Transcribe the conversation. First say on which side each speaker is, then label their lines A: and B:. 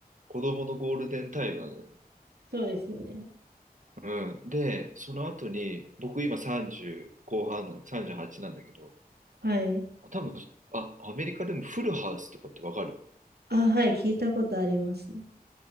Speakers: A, on the right; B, on the right.
A: 子供のゴールデンタイムなんだよね。
B: そうですよね。
A: うん。で、その後に、僕今30後半なんだ、38なんだけど、
B: はい。
A: 多分、あ、アメリカでもフルハウスとかってわかる
B: あ、はい、聞いたことありますね。